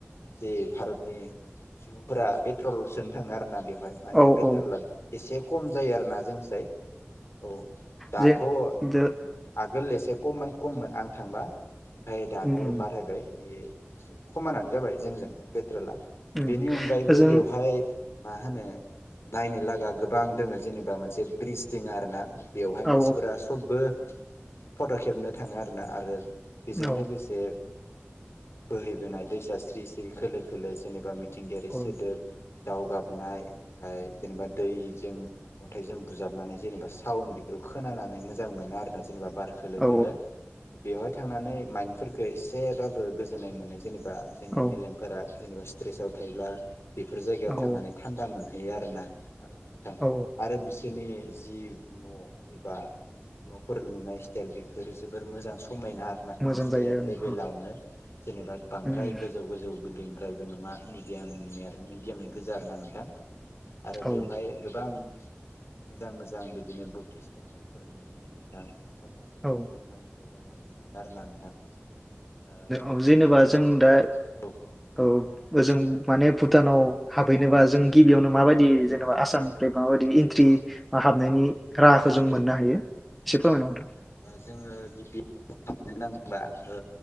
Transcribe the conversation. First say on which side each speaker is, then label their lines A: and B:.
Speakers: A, on the left; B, in the centre.
A: जे भारतनि सुबुंफोरा पेट्रलसोनो थाङो आरोना बेवहाय माने
B: औ
A: पेट्रल
B: औ
A: एसे खम जायो आरो ना जोंसाय औ दाथ'
B: जे
A: <inaudible>
B: दो
A: गोरलैसे खम खममोन आं थांबा ओमफ्राय दाथ'
B: उम उम
A: बारायबाय बे खमानो जाबाय जोंजों बे <inaudible> पेट्रोला
B: उम
A: बेनि अनगायैबो
B: ओजों
A: बेवहाय मा होनो नायनो लागा गोबां दोङ जेनेबा मोनसे ब्रिज दङ आरो ना बेवहाय
B: औ
A: मानसिफोरा सबबो फट' खेबनो थाङो आरोना आरो बेजों
B: औ
A: लोगोसे बोहैबोनाय दैसा स्रि स्रि खोलो खोलो जेनेबा मिथिंगायारि
B: औ
A: सोदोब। दाउ गाबनाय। ओमफ्राय जेनेबा दैजों अन्थाइजों बुजाबनानै जेनेबा सावोन बेफोरखौ खोनानानै मोजां मोनो आरोना जेनेबा बार खोलो
B: औ
A: खोलो बेवहाय थांनानै माइन फोरखो एसेबाबो गोजोननाय मोनो। जेनेबा जोंनि
B: औ
A: मेलेमफोरा जेनेबा स्ट्रेसआव थायोब्ला बेफोर जायगायाव
B: औ
A: थांनानै थान्दा मोनो थायो आरोना आरोना नोंथां
B: औ
A: आरो बिस बिसोरनि जि न' एबा न'फोर लुनाय स्टाइल बेफोर जोबोर मोजां सम समायना आरोना
B: मोजां
A: मोनसे
B: जायो ओं
A: लेभेलावनो
B: ओं
A: जेनेबा बांद्राय
B: उम उम,
A: गोजौ गोजौ बिलडिं द्रायबो नंङा मिडियामनि आरो मिडियामनि गोजा आरोना नोंथां? आरो
B: औ
A: बेवहाय गोबां मोजां मोजां बिदिनो बुद्धिस टेम्पोलफोर नुनो मोनो नोंथां सा <unintelligible>
B: औ
A: नायथाव नायथाव जा ओ नुनो मोनो आरो ना नोंथां। ओ नोंथाङाबो
B: औ जेनेबा जों दा
A: औ
B: औ ओजों माने भुटानाव हाबहैनोबा जों गिबियावनो माबायदि जेनेबा आसामनिफ्राय माबायदि एन्ट्रि हाबनायनि राहाखौ
A: औ
B: जों मोननो हायो एसे फोरमायना हो नोंथां।
A: जोंङो गिबि <unintelligible> हाबनो नांगौबा ओ